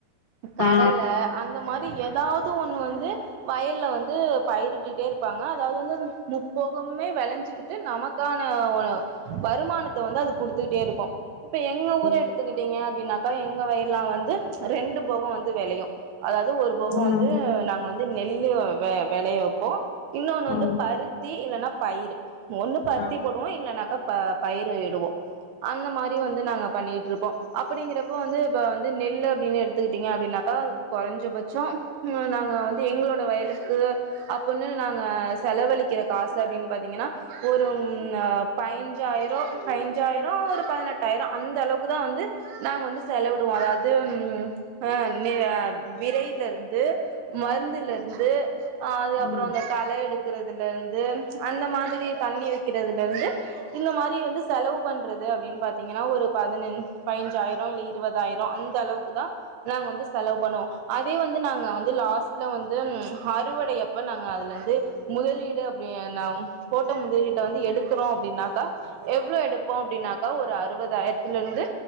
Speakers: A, on the right (about 80°); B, on the left (about 85°).
A: கடல
B: ஆ
A: அந்த மாரி ஏதாவ்து ஒண்ணு வந்து வயல்ல வந்து பயிரிட்டுட்டே இருப்பாங்க அதாவ்து வந்து முப்போகமுமே வேளைஞ்சுக்கிட் ட்டு நமக்கான ஒரு வருமானத்த வந்து அது குடுத்துக்கிட்டேருக்கு இப்ப எங்க
B: ம்
A: ஊர எடுத்துக்கிட்டீங்க அப்டின்னாக்கா எங்க வயல்லல்லா வந்து ரெண்டு போக வந்து வெளையு அதாவ்து ஒரு போகோ
B: ம்
A: வந்து நாங்க வந்து நெல்லு வெ வெளைய வப்போ இன்னொன்னு வந்து
B: ஆ
A: பருத் தி இல்லன்னா பயிறு ஒண்ணு பருத்தி
B: ஆ
A: போடுவோ இல்லன்னாக்கா ப பயிறு இடுவோ அந்த மாரி வந்து நாங்க பண்ணிட்டு இருப்போ அப்டிங்கிறப்ப வந்து இப்ப வந்து நெல்லு அப்டின்னு எடுத் எடுத்துக்கிட்டீங்க அப்டின்னாக்கா அதுக்கு குறைஞ்சபட்சோ நாங்க வந்து எங்களோட வயலுக்கு அப்ப வந்துன்னு நாங்க செலவழிக்கிற காச அப்டின்னு பாத்தீங்னா ஒரு ம்னா பயிஞ்சாயிரோ பயிஞ்சாயிரோ ஒரு பதினெட்டாயிரோ அந்த அளவுக்கு தா வந்து நாங்க வந்து செலவிடுவோ அதாவ் து ஆ நெ விரையிலேருந்து மருந்துல இருந்து ஆ அது அப்றோ
B: ம்
A: அந்த கலை எடு க்குறதுல இருந்து அந்த மாதிரி தண்ணி வைக்கிறதுல இருந்து இந்த மாரி வந்து செலவு பண்றது அப்டின்னு பாத்தீங்னா ஒரு பதினஞ் பயிஞ்சாயிரோ இல்ல இருபதாயிரோ அந்த அளவுக்கு தா நாங்க வந்து செலவு பண்ணுவோ அதே வந்து நாங்க வந்து லாஸ்ட்ல வந்து ம் அறுவடையப்ப நாங்க அதுலேந்து முதலீடு அப்டி ந போட்ட முதலீட்ட வந்து எடுக்கறோ அப்டின்னாக்கா எவ்ளோ எடுப்போ அப்டின்னாக்கா ஒரு அறுபதாயிரத்துல இருந்து